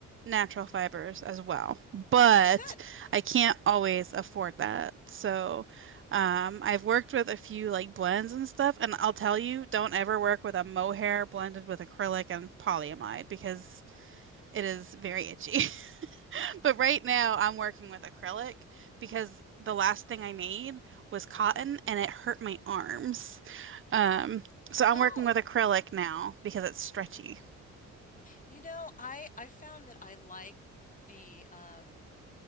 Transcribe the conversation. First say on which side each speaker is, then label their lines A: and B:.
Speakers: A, on the right; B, on the left.
A: natural fibers as well, but
B: Oh, good.
A: I can't always afford that. So, um, I've worked with a few like blends and stuff, and I'll tell you, don't ever work with a mohair blended with acrylic and polyamide because it is very itchy. <laughs> But right now, I'm working with acrylic because the last thing I made was cotton and it hurt my arms. Um, so I'm
B: Oh.
A: working with acrylic now because it's stretchy.
B: You know, I I found that I like the um